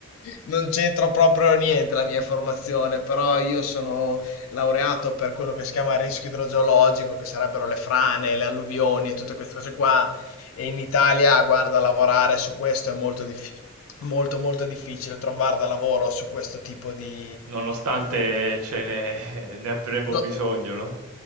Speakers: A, on the left (about 65°); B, on the right (about 90°).
A: Non c'entro proprio niente la mia formazione, però io sono laureato per quello che si chiama rischio idrogeologico, che sarebbero le frane, le alluvioni e tutte queste cose qua. E in Italia, guarda, lavorare su questo è molto, dif- molto, molto difficile, trovare da lavoro su questo tipo di...
B: nonostante ce ne, ne avremo
A: No-
B: bisogno, no?